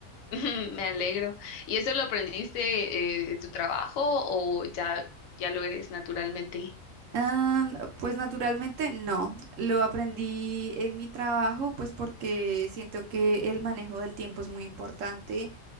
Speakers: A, on the left (about 80°); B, on the right (about 75°).
A: <laughs> me alegro. ¿Y eso lo aprendiste eh, de tu trabajo o ya, ya lo eres naturalmente?
B: Am, pues naturalmente no, lo aprendí en mi trabajo, pues porque siento que el manejo del tiempo es muy importante.